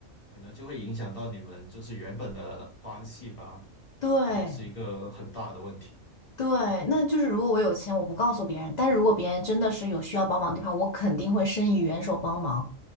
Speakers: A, on the left; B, on the left.
A: 可能就会影响到你们就是原本的关系吧，
B: 对，
A: 这也是一个很大的问题。
B: 对，那就是如果我有钱，我不告诉别人，但是如果别人真的是有需要帮忙的地方，我肯定会伸以援手帮忙。